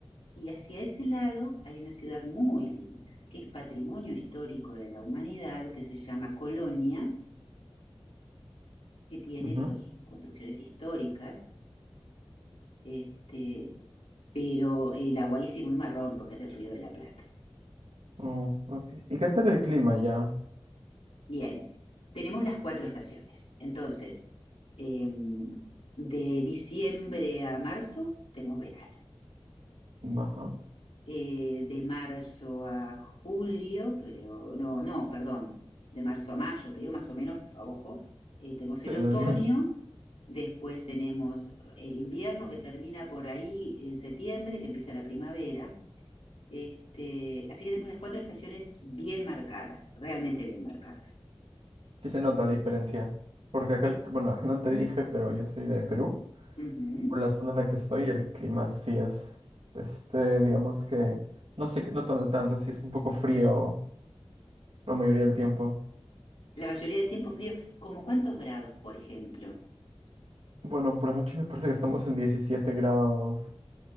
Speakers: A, on the left; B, on the right.
A: Y hacia ese lado hay una ciudad muy linda, que es patrimonio histórico de la humanidad, que se llama Colonia, que tiene
B: ujú.
A: todas sus construcciones históricas, este, pero el Aguaí sí es muy marrón porque es del Río de la Plata.
B: Oh, ok. ¿Y qué tal el clima ya
A: Bien, tenemos las cuatro estaciones. Entonces, eh, de diciembre a marzo tenemos verano.
B: Baja.
A: eh, de marzo a julio, creo, no, no, perdón, de marzo a mayo, te digo más o menos, a ojo, eh, tenemos
B: Sí,
A: el otoño,
B: sí, sí.
A: después tenemos eh, el invierno que termina por ahí en septiembre, que empieza la primavera, este, así que tenemos las cuatro estaciones bien marcadas, realmente bien marcadas.
B: <laughs> Sí se nota la diferencia. Porque acá,
A: Sí.
B: el- bueno, <laughs> no te dije, pero yo soy de Perú.
A: ujú.
B: Por la zona en la que estoy, el clima sí es, este, digamos que, no sé, no tan no tanto, sí es un poco frío la mayoría del tiempo.
A: La mayoría del tiempo frío, como cuántos grados, por ejemplo,
B: Bueno, por la noche me parece que estamos en 17 grados.